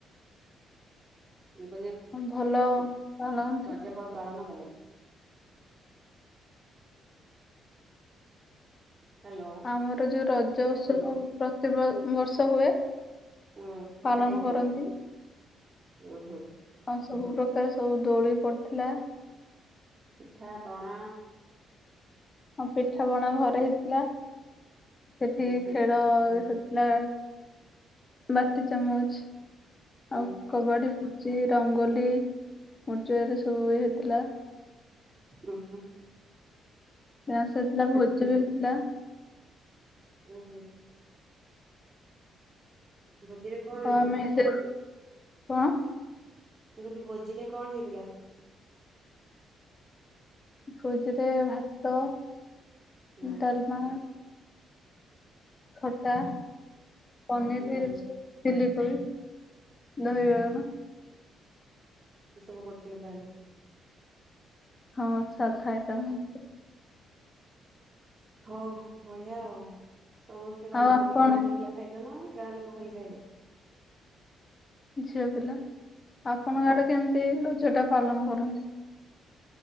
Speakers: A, on the right; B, on the left.
A: ମୁଁ କହିଲି
B: ହଁ ଭଲ ପାଳନ୍ତି।
A: ରାଜ୍ୟପାଲ ପାଳନ କଲେ ହ୍ୟାଲୋ
B: ଆମର ଯୋଉ ରଜ ଉତ୍ସବ ପ ପ୍ରତି ବ ବର୍ଷ ହୁଏ
A: ହୁଁ ସେଇଟା
B: ପାଳନ
A: ହେଇଥିଲା
B: କରନ୍ତି।
A: ହ ହୁଁ।
B: ଆଉ ସବୁ ପ୍ରକାର ସବୁ ଦୋଳି ପଡିଥିଲା।
A: ପିଠାପଣା
B: ହଁ ପିଠାପଣା ଘରେ ହେଇଥିଲା ସେଠି
A: ଉଁ ହୁଁ
B: ଖେଳ ହୋ ହେଲା ବାଟି ଚାମଚ
A: ଉଁ
B: ଆଉ
A: ହୁଁ
B: କବାଡ଼ି ଚି ରଙ୍ଗୋଲି ମୂର୍ଯ୍ୟ ରେ ସବୁ ଇଏ ହେଇଥିଲା
A: ହ୍ନୁ ହୁ।
B: ଡାନ୍ସ ହେଇଥିଲା ଭୋଜ ବି ହେଇଥିଲା
A: ଉଁ ହୁଁ। ଭୋଜିରେ କଣ
B: ଆଉ
A: ହେଇଥିଲା?
B: ଆମେ ଯେ- କଣ?
A: ମୁଁ କହିଲି ଭୋଜିରେ କଣ ହେଇଥିଲା?
B: ଭୋଜି ରେ ଭାତ
A: ହୁଁ
B: ଡାଲମା ଖଟା ପନିର
A: ଉଁ ହୁଁ
B: ଚି ଚିଲି ହ ଦହି ବାଇଗଣ
A: ସେ ସବୁ କରିଥିଲେ ତାହେଲେ।
B: ହଁ ସାଧା ଆଇଟମ।
A: ହଉ ବଢିଆ ଆଉ ସମସ୍ତେ କଣ
B: ଆଉ ଆପଣ
A: ତମେ ଖାଲି ଝିଅ ପିଲା ଖାଇଲ ନା ଗାଁ ଲୋକ ଖାଲି ଖାଇଲେ?
B: ଝିଅ ପିଲା ଆପଣଙ୍କ ଆଡେ କେମିତି ରଜ ଟା ପାଲନ କରନ୍ତି?